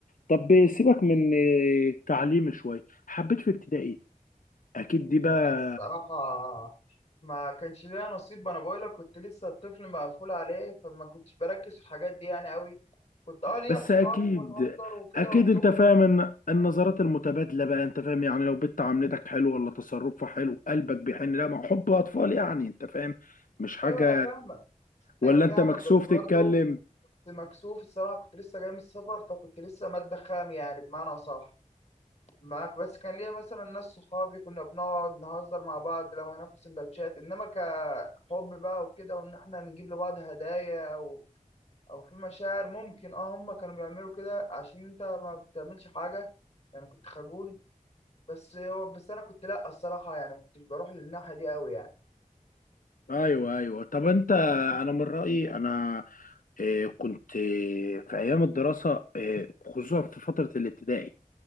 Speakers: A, on the left (about 70°); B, on the left (about 50°).
A: طب سيبك من التعليم شوية حبيت في ابتدائي أكيد دي بقى
B: بس الصراحة ما كانش ليا نصيب ما أنا بقولك كنت لسه الطفل مقفول عليه فما كنتش بركز في الحاجات دي يعني أوي كنت أه ليا
A: بس
B: أصحاب
A: أكيد
B: وبنهزر وكده
A: أكيد
B: وبنخرج
A: أنت فاهم إن النظرات المتبادلة بقى أنت فاهم يعني لو بنت عاملتك حلو ولا تصرفها حلو قلبك بيحن لا ما هو حب أطفال يعني أنت فاهم مش حاجة
B: أيوه أنا فاهمك
A: ولا
B: أنا فاهمك
A: أنت مكسوف
B: بس برضه
A: تتكلم
B: كنت مكسوف الصراحة كنت لسه جاي من السفر فكنت لسه مادة خام يعني بمعنى صح معاك بس كان ليا مثلا ناس صحابي كنا بنقعد نهزر مع بعض لو هناكل سندوتشات إنما كحب بقى وكده وإن إحنا نجيب لبعض هدايا أو أو في مشاعر ممكن أه هما كانوا بيعملوا كده عشان أنت ما بتعملش حاجة يعني كنت خجول بس هو بس أنا كنت لأ الصراحة يعني ما كنتش بروح للناحية دي أوي يعني.
A: أيوه أيوه طب أنت أنا من رأيي أنا آه، كنت آه، في أيام الدراسة آه، خصوصا في فترة الابتدائي